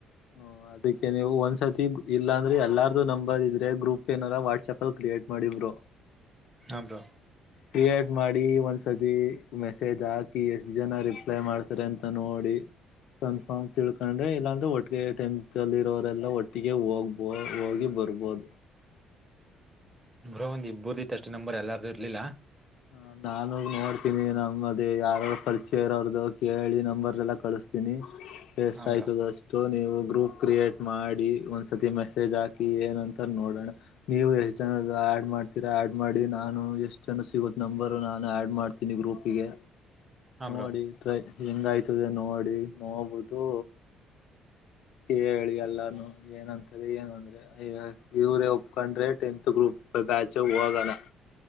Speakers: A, on the left; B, on the right.
A: ಹ್ಮ ಅದಕ್ಕೆ ನೀವು ಒಂದ್ಸರ್ತಿ ಇಲ್ಲಾಂದ್ರೆ ಎಲ್ಲಾರ್ದು ನಂಬರ್ ಇದ್ರೆ ಗ್ರೂಪ್ ಏನಾರ ವಾಟ್ಸಆಪ್ ಅಲ್ಲಿ ಕ್ರಿಯೇಟ್ ಮಾಡಿ ಬ್ರೋ
B: ಹ್ ಬ್ರೋ
A: ಕ್ರಿಯೇಟ್ ಮಾಡಿ ಒಂದ್ಸತಿ ಮೆಸೇಜ್ ಹಾಕಿ ಎಷ್ಟ ಜನ ರಿಪ್ಲೈ ಮಾಡ್ತಾರೆ ಅಂತ ನೋಡಿ ಕನ್ಫರ್ಮ್ ತಿಳ್ಕೊಂಡ್ರೆ ಇಲ್ಲಾಂದ್ರೆ ಒಟ್ಟಿಗೆ ಟೆಂತ್ ಅಲ್ಲಿ ಇರೋರೆಲ್ಲಾ ಒಟ್ಟಿಗೆ ಹೋಗ್ಬ ಹೋಗಿ ಬರಬೂದ
B: ಬ್ರೋ ಒಂದು ಇಬ್ಬರದಿತ್ತಷ್ಟೆ ನಂಬರ್ ಎಲ್ಲಾರದು ಇರ್ಲಿಲ್ಲ
A: ಹ ನಾನು ನೋಡ್ತೀನಿ ನಮ್ಮದ ಯಾರಾರ ಪರಿಚಯ ಇರೋರದು ಕೇಳಿ ನಂಬರಸ ಎಲ್ಲಾ ಕಳ್ಸ ತಿನಿ ಎಷ್ಟ
B: ಹಾ
A: ಆಯ್ತದ
B: ಬ್ರೋ
A: ಅಷ್ಟು ನೀವು ಗ್ರೂಪ್ ಕ್ರಿಯೇಟ್ ಮಾಡಿ ಒಂದ್ಸತಿ ಮೆಸೇಜ್ ಹಾಕಿ ಏನ್ಂತ ನೋಡೋಣ ನೀವು ಎಷ್ಟ ಜನದ ಆಡ್ ಮಾಡ್ತೀರಾ ಆಡ್ ಮಾಡಿ ನಾನು ಎಷ್ಟ ಜನ ಸಿಗುತ್ತ ನಂಬರ್ ನಾನು ಆಡ್ ಮಾಡ್ತೀನಿ ಗ್ರೂಪ್ಗೆ
B: ಹಾ
A: ನೋಡಿ
B: ಬ್ರೋ
A: ಟೈ ಹೆಂಗಾಯ್ತದ ನೋ ನೋಡಿ ನೋಡಬುಟ್ಟು ಕೇಳಿ ಎಲ್ಲಾರನೂ ಏನಂತಾರೆ ಏನು ಅಂದ್ರೆ ಇವರೇ ಒಪ್ಕೊಂಡ್ರೆ ಟೆಂತ್ ಗ್ರೂಪ್ ಬ್ಯಾಚು ಹೋಗಣ